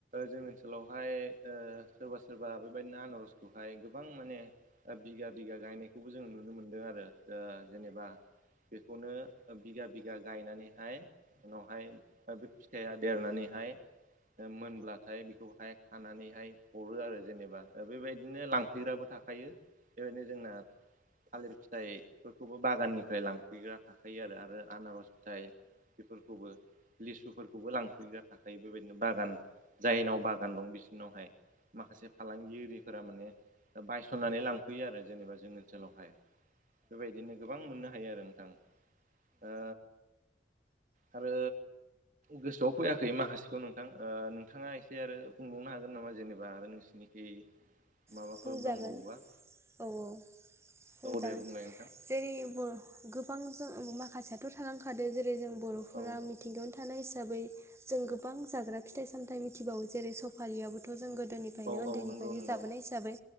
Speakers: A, on the right (about 45°); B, on the right (about 15°).
A: जोंनि ओनसोलावहाय ओ सोरबा सोरबा बेबायदिनो आनारसखौहाय गोबां माने बिगा बिघा गायनायखौबो जोंङ नुनो मोनदों आरो, ओ जेनेबा बेखौनो बिगा बिगा गायनानैहाय उनावहाय बे फिथाइया देरनानैहाय मोनब्लाथाय बेखौहाय खानानैहाय हरो आरो जेनेबा बेबायदिनो लां होुफैग्राबो थाखायो बेबायनो जोंना थालिर फिथाइफोरखौबो बागाननिफ्राय लांफैग्रा थाखायो आरो आनारस नाथाय बेफोरखौबो लिसुफोरखौबो लांफैग्रा थाखायो बेबायदिनो बागान जायनाव बागान दं बिसोरनावहाय माखासे फालांगि आरफोरा माने बायस'ननानै लांफैयो आरो जेनेबा जोंनि ओनसोलावहाय। बेबायदिनो गोबां मोननो हायो आरो नोंथां। दा आरो गोसोआव फैयाखै माखासेखौ नोंथां नोंथाङा एसे आरो बुंबावनो हागोन नामा जेनेबा आरो नोंसि खि माबाफोर
B: बुंजागोन
A: दंबावोबा
B: <unintelligible>
A: औ दे बुंलाय नोंथां
B: जेरै बर' गोबां जों माखासेयाथ' थालांखाद जेरै जों बर'फोरा
A: औ
B: मिथिंगोन थानाय हिसाबै जों गोबां जाग्रा फिथाइ सामथाइ मिथिबावो जेरै सफारियाबोथ' जों गोदोनि ओनिफ्रायनो
A: औ
B: उन्दैनिफ्रायनो
A: औ नंगौ नंगौ
B: जाबोनाय हिसाबै